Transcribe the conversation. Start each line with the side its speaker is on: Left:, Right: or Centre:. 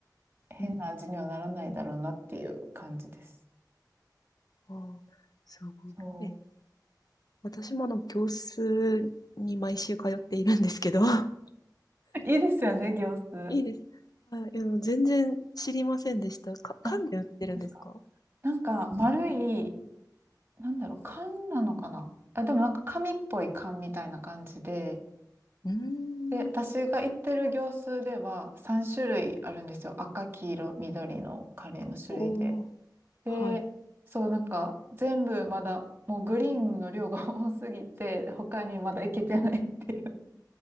Right: 変な味にはならないだろうなっていう感じです。
Left: うんうん。ああ、すごい。
Right: そ
Left: え私もあの、業数に毎週通っているんですけど、<laughs> は
Right: う。いいですよね、行数。
Left: いいいです。い、あの全然知りませんでした。か、缶で売ってるんですか
Right: あ、本当ですか。なんか丸い
Left: はい。
Right: なんだろう、缶なのかなあ、でもなんか紙っぽい缶みたいな感じで、
Left: うーん、
Right: で、私が行ってる業数では3種類あるんですよ。赤、黄色、緑のカレーの種類で。
Left: おー、
Right: で、
Left: はい。
Right: そう、なんか全部まだ、もうグリーンの量が <laughs> 多すぎて、他にまだ行けてないっていう。